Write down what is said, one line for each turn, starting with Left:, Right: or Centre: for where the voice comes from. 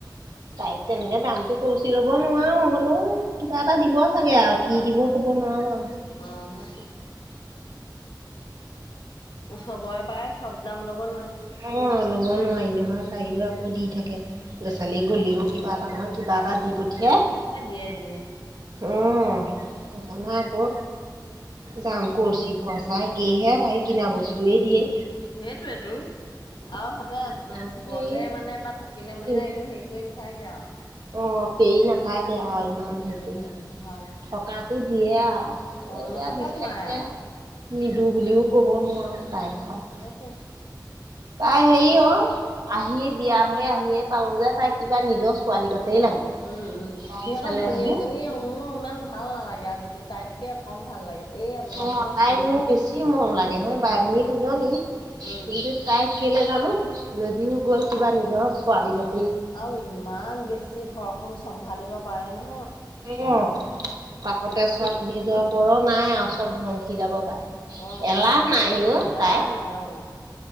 Right: তাইক তেনেকে দামটো কচি ল'ব নোৱাৰো হলেও কিবা এটা দিব চাগে আৰু কি দিব ক'ব নোৱাৰো আৰু।
Left: অহ সেইটো। চবৰে পায় চব দাম ল'ব নোৱাৰি।
Right: অ', ল'ব নোৱাৰি নহয় তাইও আকৌ দি থাকে গছালি
Left: উম
Right: গলেও কিবা এটা নহয়। কিবা এটা দি পঠিয়াই।
Left: এ দিয়ে দিয়ে।
Right: উম, সেইকাৰণে আকৌ যাম কৰছি পইচা একেইহে তাকি কিনা বস্তুৱয়ে দিয়ে।
Left: সেইটোয়েতো আৰু সিহঁতে
Right: সেইকাৰণে
Left: গলে মানে বা থাকিলে মানে
Right: এই
Left: একদম সেই কুই নাথাকে আৰু
Right: অ', পেৰি নাথাকে আৰু ইমান হেৰি
Left: নাথাকে
Right: কৰি
Left: ভাল
Right: থকাটো দিয়ে আৰু। মানে
Left: অ',
Right: এতিয়া
Left: নথাকাতে
Right: বিচাৰিছে
Left: নাই আৰু।
Right: নিদো বুলিও ক'ব নোৱাৰোঁ। তাইক
Left: উম,
Right: আৰু
Left: সেইটোয়ে।
Right: তাই হেৰি অ', আহি বিয়া হৈ আহিয়ে পালো যে তাই কিবা নিজৰ ছোৱালী কতেই লাগে।
Left: উম, উম সিহঁতৰ
Right: মৰম চেনেহ
Left: ভনীয়েক
Right: সেইবোৰ
Left: জনী উম উম মোৰ ইমান ভাল নালাগে আজিকালি তাইতকে কম ভাল লাগে। এই
Right: অ',
Left: অকমান
Right: তাইক
Left: হেৰি
Right: মোৰ বেছি মৰম লাগে হে বাই ভনী দুজনী
Left: উম
Right: কিন্তু তাই কেইলে জানো যদিও গ'ল কিবা নিজৰ ছোৱালী কথ
Left: আৰু ইমান বেছি, ঘৰখন চম্ভালিব পাৰে ন।
Right: উম, পাকতে
Left: আচৰিত
Right: চৱা নিজৰ পৰো নাই আৰু চব ধ্বংসি যাব পাৰে।
Left: অ
Right: এলাহ নাই অ
Left: এলাহ
Right: তাই।
Left: নাই অ